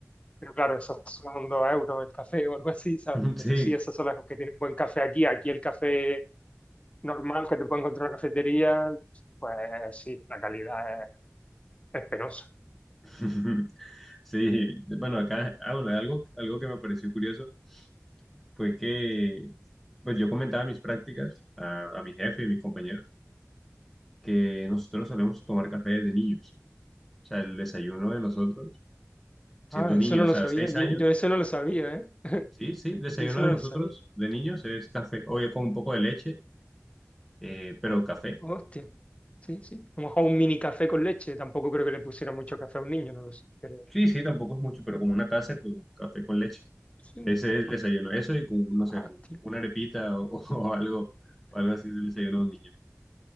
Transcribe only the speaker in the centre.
<laughs>
sí,
<laughs> sí, bueno, acá, ah, bueno, algo, algo que me pareció curioso fue que, pues yo comentaba mis prácticas a, a mi jefe y mis compañeros, que nosotros solemos tomar café desde niños. O sea, el desayuno de nosotros, siendo
niños,
o
sea, seis
años,
sí, sí, desayuno
de nosotros,
de niños, es café, oye, con un poco de leche, eh, pero café.
Sí, sí, tampoco es mucho, pero como una taza con café con leche.
Ese es el
desayuno, eso y con, no sé,
un-
una arepita o, <laughs> o algo, o algo así es el desayuno de un niño.